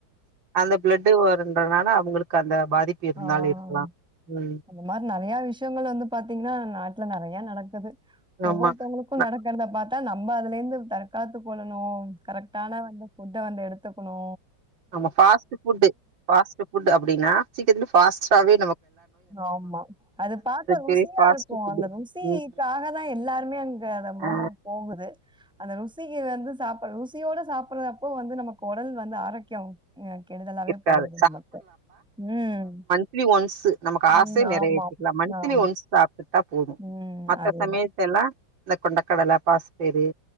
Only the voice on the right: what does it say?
அந்த பிளட்டு் வருன்றதுனால அவங்களுக்கு அந்த பாதிப்பு இருந்தாலு
இருக்கலா ம்
ஆமா ந
நம்ம பாஸ்ட்டு ஃபுட் பாஸ்ட்டு ஃபுட் அப்டின்னா சீக்கிரமே பாஸ்டாவே
பெரிய ஃபாஸ்ட்
ஃபுட்டு
ம்
ஆ
இருக்காது
மந்திலி ஒன்ஸ் நமக்கு
ஆசை நிறைவேத்திகலா
மன்த்லி
ஒன்ஸ் சாப்டுட்டா போது
மத்த
சமயத் எல்லா இந்த கொண்டைக்கடல பாசி பயறு